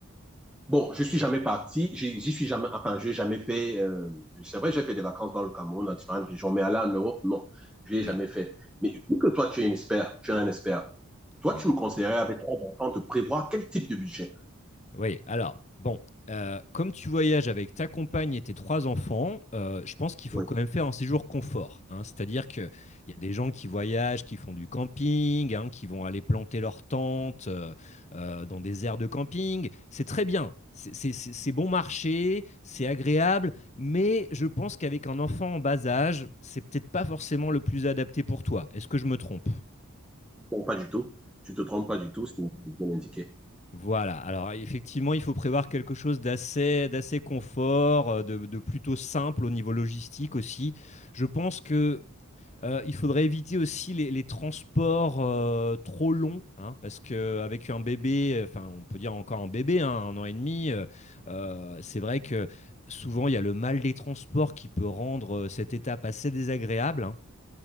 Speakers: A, in the centre; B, on the left.
A: Bon, je suis jamais parti, j'y j'y suis jamais, enfin, j'ai jamais fait, euh, c'est vrai, j'ai fait des vacances dans le Cameroun, dans différentes régions, mais aller en Europe, non, je l'ai
B: Oui,
A: jamais fait. Mais vu que toi, tu es un expert, tu es un expert, toi,
B: oui.
A: tu me conseillerais avec trois enfants de prévoir quel type de budget?
B: Oui, alors, bon, euh, comme tu voyages avec ta compagne et tes trois enfants, euh, je pense qu'il faut
A: Oui.
B: quand même faire un séjour confort. hein. C'est-à-dire qu'il y a des gens qui voyagent, qui font du camping, hein, qui vont aller planter leur tente euh, euh, dans des aires de camping. C'est très bien. C'est c'est- c'est- c'est bon marché, c'est agréable, mais je pense qu'avec un enfant en bas âge, c'est peut-être pas forcément le plus adapté pour toi. Est-ce que je me trompe?
A: Bon, pas du tout. Tu te trompes pas du tout, c'est bien indiqué.
B: Voilà, alors effectivement, il faut prévoir quelque chose d'assez d'assez confort, euh, de, de plutôt simple au niveau logistique aussi. Je pense que euh, il faudrait éviter aussi les, les transports euh, trop longs, hein, parce que avec un bébé, euh, enfin on peut dire encore un bébé, hein, un an et demi, euh, euh, c'est vrai que souvent il y a le mal des transports qui peut rendre euh, cette étape assez désagréable. hein.